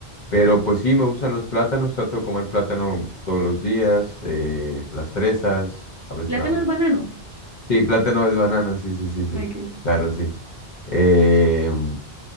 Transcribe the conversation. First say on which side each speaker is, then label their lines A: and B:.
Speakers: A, on the left (about 50°); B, on the right (about 20°).
A: pero pues sí, me gustan los plátanos. Trato de comer plátano todos los días. eh, las fresas, a veces
B: Plátanos,
A: me hago.
B: banano.
A: Sí, plátano es banana, sí, sí, sí, sí.
B: Okay.
A: Claro, sí. em,